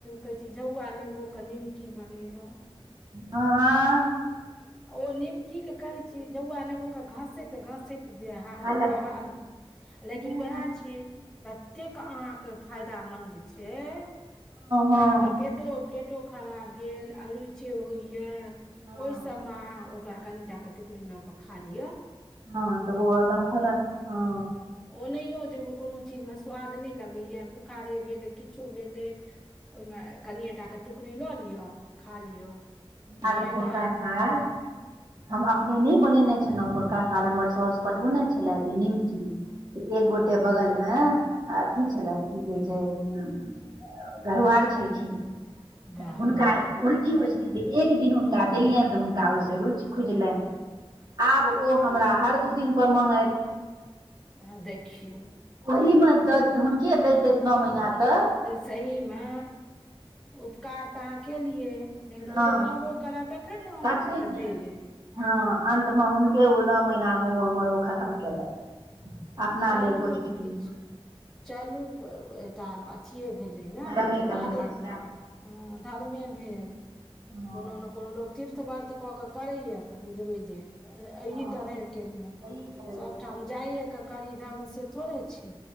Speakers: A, in the centre; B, on the right.
A: कहे छी झौआ नेबोे निमकी बनेलहुं
B: हाय
A: ओ नीमकी के कहे छी जहुआ नेबो कऽ घसेत घसेत जे हाथ
B: हालत
A: काज लेकिन
B: हँ
A: उएह छै ततेक अहाँके फायदामंद छै अहाँके
B: हँ
A: पेत पेटो पेटो खराब भेल अरुचे होइया
B: हँ
A: ओहि सब मऽ अहाँ ओकरा कनिटा के टुकड़ी लऽ के खा लिअ
B: हँ तऽ ओदम फयदा हँ
A: ओनहिओ जे कोनो चीज मऽ स्वाद नहि लगैए बुखारे भेलै किछो भेलै ओहिमे कनिए टा के टुकड़ी लऽ लिअ आ खा लियो
B: हमरा
A: एहन
B: तऽ पुरका
A: आ
B: साल हम अपने नय बनेने छलहुँ पोरका साल हमर सौस पठौने छलथि निमकी तऽ एक गोटे
A: ओ
B: बगल मे अथी छलए की कहै छै घरबार छलखिन
A: बाप
B: हुनका
A: रे
B: उल्टी होइ छै जे एक दिन हुनका
A: ओ
B: देलियनि तऽ हुनका ओहिसँ रुचि खुजलनि आब ओ हमरा हर दू दिन पर मंगैत
A: हे देखियौ
B: ओही मे द हुनके दैत दैत नओ महिना तक
A: सही मे उपकार तऽ अहाँ केलियए लेकिन
B: हँ
A: ओते रहबो करै तखन ने हम
B: तखन
A: अहाँके
B: ने
A: देब
B: हँ अन्त मे हुनके ओ नओ महीना मे ओ हमर ओ खतम केलथि अपना
A: चलू
B: लऽ एको चुटकी
A: किछु
B: नहि
A: चलू <unintelligible> छिए भेले ने
B: कमे
A: उपकारे
B: कमेलहुँ
A: हू
B: सएह बुझलहुँ।
A: धर्मे भेल
B: हँ
A: कोनो ने कोनो लोक तीर्थ वर्त कऽ कऽ करैए तऽ बुझबै जे ए अहि
B: हँ
A: तरहे केलहुँ
B: ई स्टोरेज
A: सबठाम जाइए के करी धर्म से थोड़े छै